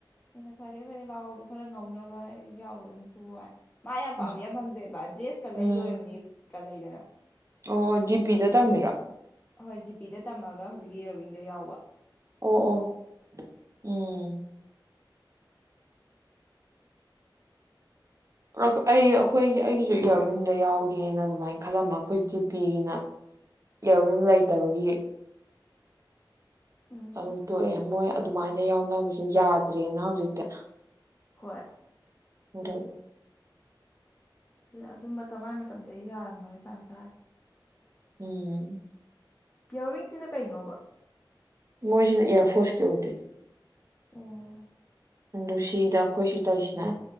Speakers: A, on the left; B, on the right.
A: ꯑꯩꯅ ꯐꯔꯦ ꯐꯔꯦ ꯂꯥꯎ ꯈꯔ ꯉꯧꯅꯕ ꯑꯩ ꯌꯥꯎꯔꯣꯅꯨ ꯇꯣꯛꯑꯣ ꯍꯥꯏ ꯃꯥ ꯌꯥꯝ
B: ꯎꯝ
A: ꯄꯥꯝꯗꯤ ꯌꯥꯝ ꯄꯥꯝꯖꯩꯑꯕ ꯗ꯭ꯔꯦꯁꯀ
B: ꯎꯝ
A: ꯂꯩ ꯂꯣꯏꯔꯕꯅꯤ ꯀ ꯂꯩꯗꯅ
B: ꯑꯣ ꯖꯤꯄꯤꯗ ꯇꯝꯃꯤꯔꯣ
A: ꯍꯣꯏ ꯖꯤꯄꯤꯗ ꯇꯝꯃꯒ ꯍꯧꯖꯤꯛꯀꯤ ꯏꯔꯋꯤꯡꯗ ꯌꯥꯎꯕ
B: ꯑꯣ ꯑꯣ ꯎꯝ ꯑꯁ ꯑꯩ ꯑꯩꯈꯣꯏꯒꯤ ꯑꯩꯒꯤꯁꯨ ꯏꯌꯥꯔꯋꯤꯡꯗ ꯌꯥꯎꯒꯦꯅ ꯑꯗꯨꯃꯥꯏꯅ ꯈꯜꯂꯝꯕ ꯑꯩꯈꯣꯏ ꯖꯤꯄꯤꯒꯤꯅ ꯏꯌꯥꯔꯋꯤꯡ ꯂꯩꯇꯕꯒꯤ
A: ꯎꯝ
B: ꯑꯗꯨꯝ ꯇꯣꯛꯑꯦ ꯃꯣꯏ ꯑꯗꯨꯃꯥꯏꯅ ꯌꯥꯎ ꯈꯅꯕꯁꯨ ꯌꯥꯗ꯭ꯔꯦꯅ ꯍꯧꯖꯤꯛꯇ
A: ꯍꯣꯏ
B: ꯑꯗꯨ
A: ꯑꯗꯨ ꯃꯇꯝ ꯃꯥꯏ ꯃꯇꯝꯗ ꯌꯥꯔꯝꯃꯔꯣꯏ ꯇꯥꯟ ꯇꯔꯒꯦ
B: ꯎꯝ
A: ꯏꯌꯥꯔꯋꯤꯡꯁꯤꯅ ꯀꯩꯅꯣꯕ
B: ꯃꯣꯏꯁꯤꯅ ꯑꯦꯔ ꯐꯣꯔꯁ ꯀꯦ ꯑꯣꯏꯗꯣꯏꯅꯤ
A: ꯑꯣ
B: ꯑ ꯁꯤꯗ ꯑꯩꯈꯣꯏ ꯁꯤ ꯇꯧꯔꯤꯁꯤꯅ